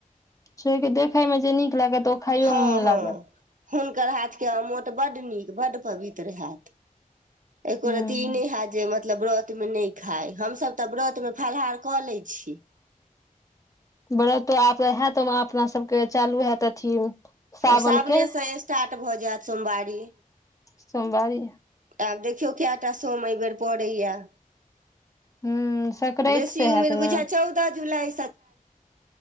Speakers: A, on the left; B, on the right.
A: छै की देखे मे जे नीक लागत ओ खाइयोमे
B: हँ
A: मोन
B: हँ
A: लागत
B: हुनकर हाथके अमोठ बड नीक बड्ड पवित्र ह‌एत एको
A: ह
B: रती ई नहि ह‌एत जे मतलब व्रतमे नहि खाय हमसभ तऽ व्रतमे फलाहार कऽ लै छी
A: बरतो आब ह‌एत अपना सबके चालू ह‌एत अथी सावन
B: हँ सावनेसँ
A: के
B: स्टार्ट भऽ जाएत सोमवारी
A: सोमवारी
B: आब देखियौ कएटा सोम एहिबेर पड़ैया
A: ह सकराति
B: बेसी
A: से
B: उम्मीद
A: हैत ने
B: बुझा चौदह जुलाई